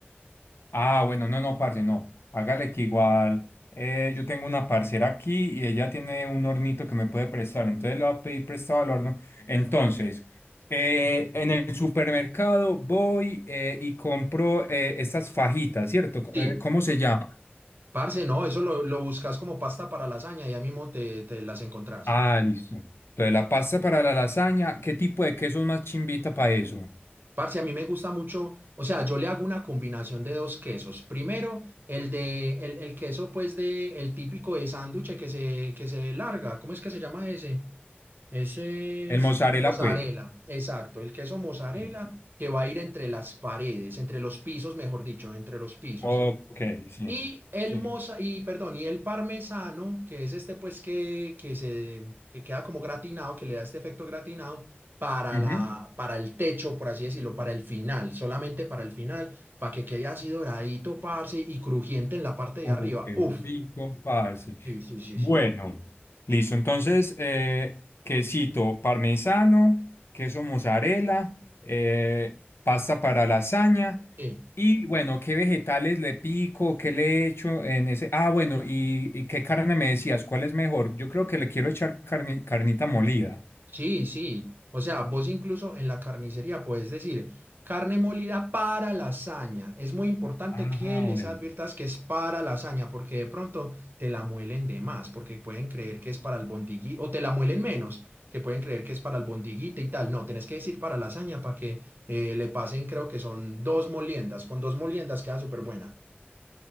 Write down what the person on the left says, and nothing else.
Ah, bueno, no, no, parce, no. Hágale que igual eh, yo tengo una parcera aquí y ella tiene un hornito que me puede prestar, entonces le voy a pedir prestado el horno. Entonces, eh, en el supermercado voy eh, y compro eh, estas fajitas, ¿cierto?
Eh, ¿Cómo se llama?
Ah, listo. Entonces, la pasta para la lasaña, ¿qué tipo de queso es más chimbita para eso?
El
mozzarella,
pues.
Sí.
Ok, sí.
Sí.
Ujú.
Uh,
qué
rico, parce.
Bueno,
listo. Entonces, eh, quesito parmesano, queso mozzarella, eh, pasta para lasaña.
Y bueno, ¿qué vegetales le pico? ¿Qué le echo en ese? Ah, bueno, ¿y, y qué carne me decías? ¿Cuál es mejor? Yo creo que le quiero echar carni- carnita molida.
Ah,
bueno.